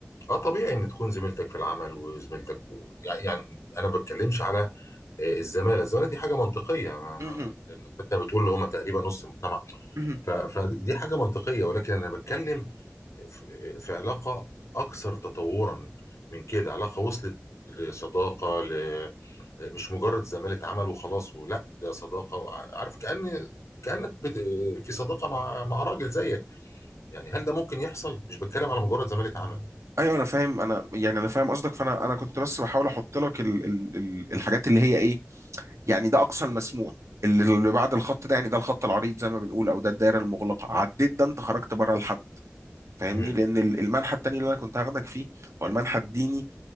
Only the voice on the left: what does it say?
اه طبيعي ان تكون زميلتك في العمل وزميلتك و... يعني يعني انا ما بتكلمش على آه، الزماله الزماله دي حاجه منطقيه ما...
ما... لان انت بتقول اللي هم تقريبا نص المجتمع
ف... فدي حاجه منطقيه ولكن انا بتكلم في... في علاقه اكثر تطورا من كده علاقه وصلت لصداقه ل... مش مجرد زماله عمل وخلاص ولا ده صداقه عارف كأن كأنك بت... في صداقه مع مع راجل زيك يعني هل ده ممكن يحصل؟ مش بتكلم على مجرد زمالة عمل
مم.